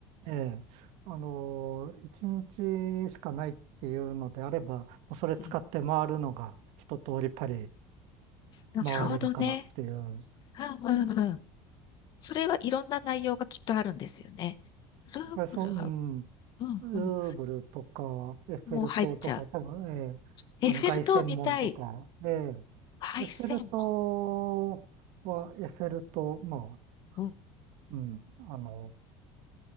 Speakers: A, on the right; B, on the left.
A: ええ、あの、一日しかないっていうのであれば、もうそれ使って回るのが一通りパリ
B: うん。なるほどね。
A: 回れるかなっていう。
B: うんうんうん。それはいろんな内容がきっとあるんですよね。ループルは、
A: そう、うん
B: うんうん。
A: ルーブルとか、エッフェル塔とか、
B: もう入っちゃう。
A: 多分、ええ、
B: エッフェル塔見たい。
A: あの、凱旋門とか、ええ、
B: 凱旋
A: エッフェル塔は、エッフェル塔、まあ、
B: 門。うん。
A: うん、あの、